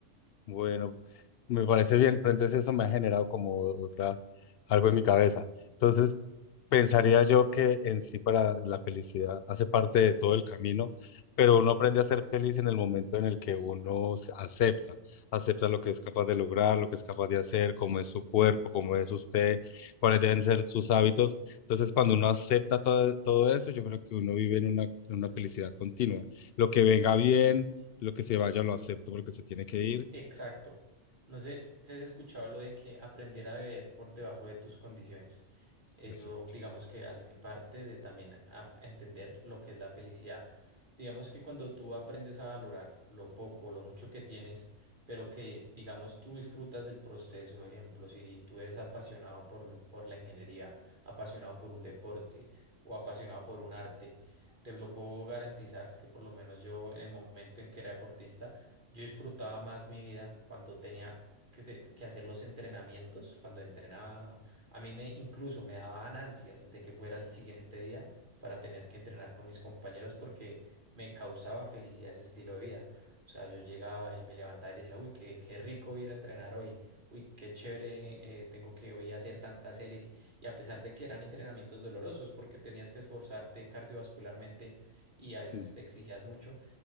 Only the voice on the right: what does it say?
Exacto. No sé si has escuchado lo de que aprender a beber por debajo de tus condiciones. Eso,
digamos que hace parte de también a- a entender lo que es la felicidad. Digamos que cuando tú aprendes a valorar lo poco, lo mucho que tienes, pero que, digamos, tú disfrutas del proceso, por ejemplo, si tú eres apasionado por, por la ingeniería, apasionado por un deporte o apasionado por un arte, te lo puedo garantizar que por lo menos yo en el momento en que era deportista, yo disfrutaba más mi vida cuando tenía que, te- que hacer los entrenamientos, cuando entrenaba. A mí me incluso me daban ansias de que fuera el siguiente día para tener que entrenar con mis compañeros porque me causaba felicidad ese estilo de vida. O sea, yo llegaba y me levantaba y decía, uy, qué, qué rico ir a entrenar hoy, uy, qué chévere, eh, tengo que hoy hacer tantas series. Y, y a pesar de que eran entrenamientos dolorosos porque tenías que esforzarte cardiovascularmente y a veces
te exigías mucho